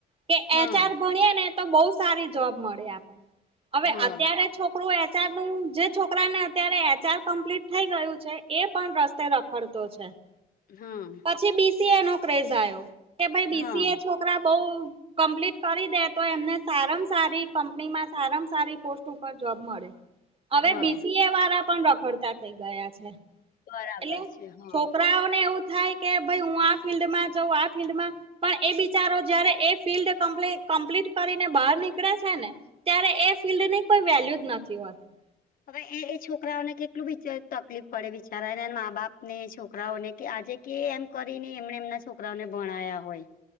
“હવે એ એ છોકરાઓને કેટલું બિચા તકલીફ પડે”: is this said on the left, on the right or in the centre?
Left